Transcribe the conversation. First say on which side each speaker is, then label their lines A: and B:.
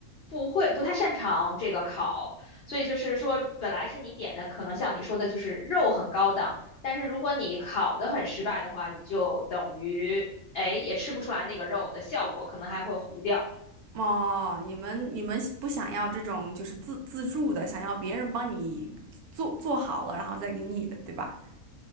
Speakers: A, on the left (about 50°); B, on the right (about 85°).
A: 不会，不太擅长这个烤，所以就是说，本来是你点的，可能像你说的，就是肉很高档，但是如果你烤的很失败的话，你就等于，哎，也吃不出来那个肉的效果，可能还会糊掉。
B: 哦，你们你们不想要这种就是自自助的，想要别人帮你做做好了，然后再给你的，对吧？